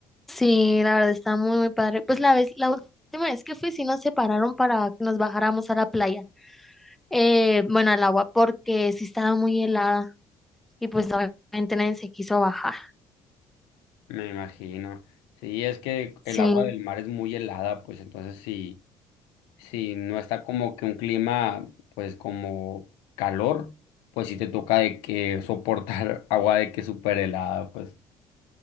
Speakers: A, in the centre; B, on the left.
A: Sí, la verdad está muy, muy padre. Pues la vez, la última vez que fui, sí nos separaron para que nos bajáramos a la playa, eh, bueno, al agua, porque sí estaba muy helada y pues obviamente nadie se quiso bajar.
B: Me imagino. Sí, es que el
A: Sí.
B: agua del mar es muy helada, pues entonces si, si no está como que un clima, pues como calor, pues sí te toca de que soportar <laughs> agua de que súper helada, pues.